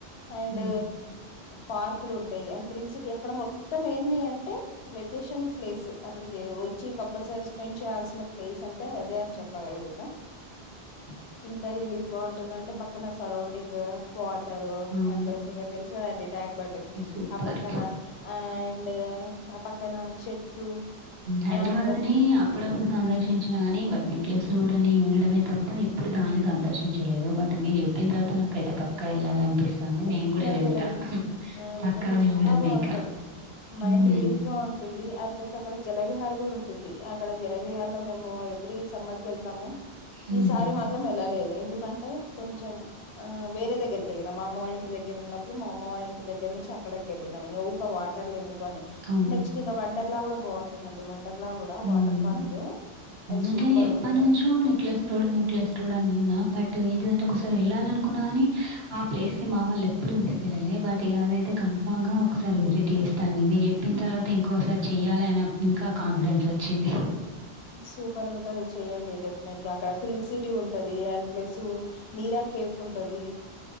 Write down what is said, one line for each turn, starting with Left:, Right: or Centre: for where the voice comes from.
Left: అండ్
Right: హ్మ్
Left: పార్కులు ఉంటాయి అండ్ క్రీమ్ సిటీ అక్కడ మొత్తం మొత్తం ఏంది అంటే వెకేషన్ ప్లేస్ అక్కడికి వచ్చి కంపల్సరీ స్పెండ్ చేయాల్సిన ప్లేస్ అంటే అదే అని చెప్పగలుగుతా
Right: అ
Left: ఎంత రిలీఫ్ గా ఉంటుంద అంటే పక్కన సరౌండింగ్ వాటర్
Right: అవును
Left: అడ్రెస్ ట్యాంక్ బండ్
Right: సూపర్
Left: ఆ పక్కన అండ్ ఆ పక్కన చెట్లు
Right: హైదరాబాద్
Left: అలాంటివన్నీ
Right: ని అప్పుడప్పుడు సందర్శించిన గాని బట్ ని క్లస్ రోడ్ అని వినడమే తప్ప ఎప్పుడు దాన్ని సందర్శించలేదు బట్ మీరు చెప్పిన తర్వాత నాకైతే పక్క వెళ్ళాలి అనుకు పనిపిస్తంది
Left: డెఫినెట్గా
Right: నేను కూడా వెళ్తా
Left: వెళ్ళండి ఆ వెళ్ళండి
Right: పక్కా వెళ్ళడమే
Left: చాలా బాగుంటాది
Right: ఇక.
Left: మైండ్
Right: హ్మ్.
Left: రిలీఫ్ గా ఉంటు అండ్ ప్లస్ అక్కడ జలవిహార కూడా ఉంటుంది అక్కడ జలవిహార లో మేము ఎవ్రీ సమ్మర్ వెల్తాము
Right: హ్మ్.
Left: ఈ సారి మాత్రం వెళ్లలేదు ఎందుకంటే కొంచెం వేరే దగ్ దగ్గరికి వెళ్లిన మా అమ్మ వాళ్ళ ఇంటి దగ్గ ఉన్నప్పు మామ్మ వాల్ ఇంటి దగ్గర నుంచి అక్కడికి వెళ్ళినాం ఒక వాటర్లు ఎందుకు అని
Right: అవును.
Left: నెక్స్ట్ ఇంగ వండర్లా కూడా బాగుంటుందండి వండర్లా కూడా
Right: హ్మ్.
Left: వాటర్ పార్క్ అది
Right: అంటే
Left: సూపర్
Right: ఎప్పనుంచో
Left: ఉంటుంది
Right: నెక్లెస్ రోడు నెక్లెస్ రోడ్ అని ఇన్నా బట్ ఏంటి ఒకసారి వెళ్ళాలినుకున్నా కాని ఆ ప్లేస్ కి మా వాళ్ళు ఎప్పుడు తీసుకెళ్ళాలి బట్ అదైతే కన్ఫామ్ గా ఒకసారి విజిట్ చేస్త అండి మీరు చెప్పిన తర్వాత ఇంకోసారి చెయ్యాలి అని ఇంకా కాన్ఫిడెన్స్ సచ్చిని
Left: సూపర్ ఉంటది చెయండి డెఫినెట్ అక్కడ థ్రిల్ సిటీ ఉంటది అండ్ ప్లస్ నీరా కేఫ్ ఉంటది